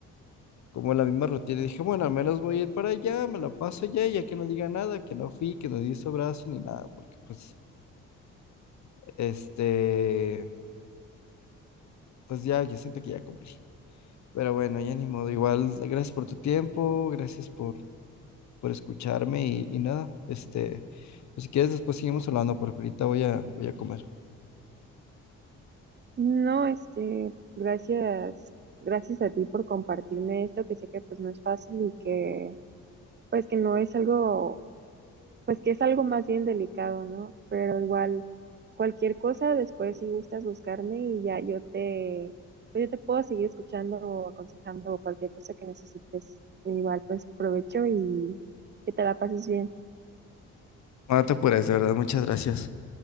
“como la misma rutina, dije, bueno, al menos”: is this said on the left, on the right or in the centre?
Left